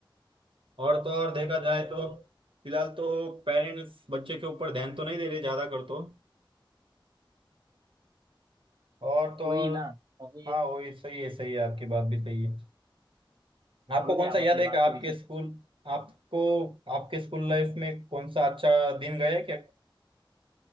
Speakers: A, on the right; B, on the right.
A: और तो और देखा जाए तो फिलहाल तो पेरेंट्स बच्चे के ऊपर ध्यान तो नहीं दे रहे ज्यादा कर तो और तो और
B: वही ना अभी
A: हाँ वही सही है सही है आपकी बात भी सही है आपको
B: बोलिए
A: कौन
B: आप
A: सा याद
B: अपनी
A: है
B: बात
A: कि आपके
B: पूरी कीजिए
A: स्कूल आपको आपके स्कूल लाइफ में कौन सा अच्छा दिन गया है क्या